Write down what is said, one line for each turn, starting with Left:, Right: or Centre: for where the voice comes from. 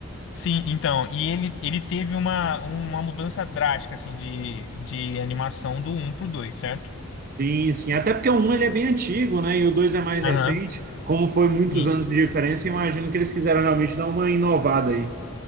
Left: Sim, então, e ele, ele teve uma, uma mudança drástica, assim, de, de animação do 1 pro 2, certo?
Right: Sim, sim. Até porque o um ele é bem antigo, né? E o 2 é mais
Left: Aham.
Right: recente. Como foi muitos
Left: Sim.
Right: anos de diferença, imagino que eles quiseram realmente dar uma inovada aí.